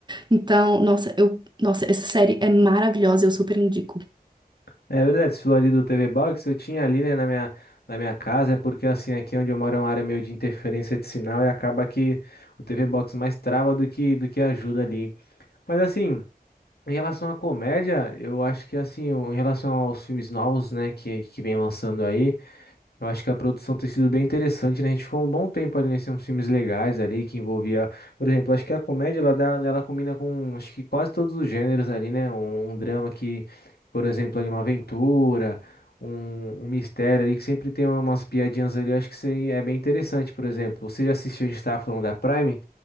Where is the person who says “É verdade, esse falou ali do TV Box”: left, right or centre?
Left